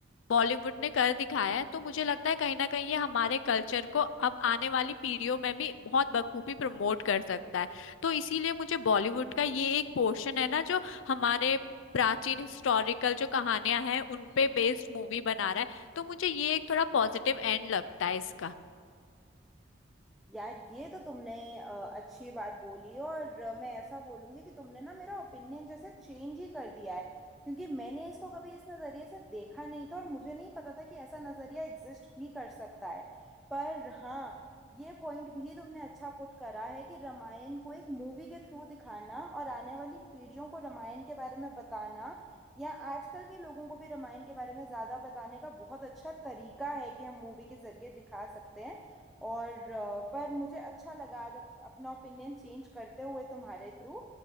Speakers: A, on the left; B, in the centre.
A: बॉलीवुड ने कर दिखाया है तो मुझे लगता है कहीं ना कहीं ये हमारे कल्चर को अब आने वाली पीढ़ियों में भी बहुत बखूबी प्रमोट कर सकता है तो इसीलिए मुझे बॉलीवुड का ये एक पोर्शन है ना जो हमारे प्राचीन हिस्टोरिकल जो कहानियां हैं उन पे बेस्ड मूवी बना रहा है तो मुझे ये एक थोड़ा पॉजिटिव एंड लगता है इसका
B: यार ये तो तुमने अ, अच्छी बात बोली और अ, मैं ऐसा बोलूंगी कि तुमने ना मेरा ओपिनियन जैसे चेंज ही कर दिया है क्योंकि मैंने इसको कभी इस नज़रिए से देखा नहीं था और मुझे नहीं पता था कि ऐसा नज़रिया एग्जिस्ट भी कर सकता है पर हाँ ये पॉइंट भी तुमने अच्छा पुट करा है कि रामायण को एक मूवी के थ्रू दिखाना और आने वाली पीढ़ियों को रामायण के बारे में बताना या आजकल के लोगों को भी रामायण के बारे में ज़्यादा बताने का बहुत अच्छा तरीका है कि हम मूवी के ज़रिए दिखा सकते हैं और अ, पर मुझे अच्छा लगा आज अप, अपना ओपिनियन चेंज करते हुए तुम्हारे थ्रू